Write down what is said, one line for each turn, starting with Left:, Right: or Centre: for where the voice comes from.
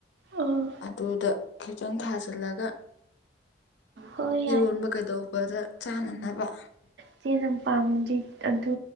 Right: ꯑꯥ
Left: ꯑꯗꯨꯗ ꯈꯤꯇꯪ ꯊꯥꯖꯤꯜꯂꯒ
Right: ꯍꯣꯏ
Left: ꯏꯔꯣꯟꯕ ꯀꯩꯗꯧꯕꯗ ꯆꯥꯅꯅꯕ
Right: ꯆꯦꯅ ꯄꯥꯝꯃꯦꯗꯤ ꯑꯗꯨ